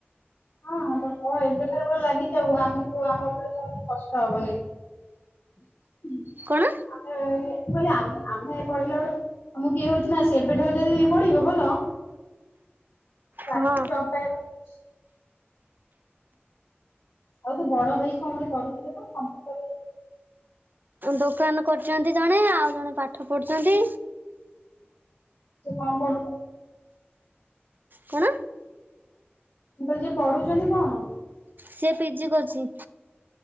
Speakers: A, on the left (about 70°); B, on the right (about 50°).
A: ହଁଁ ତ କହ ଏବେଠାରୁ ବ ଲାଗିଯାଉ ଆମକୁ ଆମ ଉପରେ ତ ଆଉ କଷ୍ଟ ହବନି ।
B: କଣ?
A: ହ ଆମେ ଏଇ ମୁଁ କହିଲି ଆମ ଆମେ ପଢିଲା ବେଳେ ଆମକୁ କିଏ ହଉଛି ନା, ସେ ଏବେଠାରୁ ଯଦି ପଢିବ ଭଲ ତାକୁ
B: ହଁ।
A: ଜବ ପାଇବା ପାଇଁ <inaudible> ଆଉ ତୋ ବଡଭାଇ କଣ ଗୋଟେ କରୁଥିଲେ ପା କମ୍ପ୍ୟୁଟର
B: ଦୋକାନ କରୁଛନ୍ତି ଜଣେ ଆଉ ଜଣେ ପାଠ ପାଠ ପଢୁଛନ୍ତି।
A: ତୁ କଣ କରୁ
B: କଣ?
A: ମୁଁ କହଲି ଯିଏ ପଢୁଛନ୍ତି କଣ?
B: ସିଏ ପିଜି କରୁଚି।